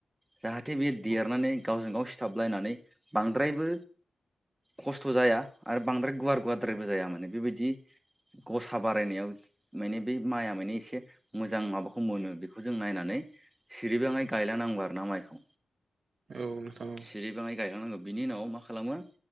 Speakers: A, on the right; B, on the right.
A: जाहाथे बेयो
B: औ
A: देरनानै गावजों गाव सिथाबलायनानै बांद्रायबो खस्थ' जाया आरो बांद्राय गुवार गुवारद्रायबो जाया माने बेबायदि गसा बारायनायाव माने बे माइआ माने एसे मोजां माबाखौ मोनो बेखौ जों नायनानै सिरिबाङै गायला नांबार ना माइखौ।
B: औ नोंथां औ।
A: सिरिबाङै गायलांनांगौ बिनि उनाव मा खालामो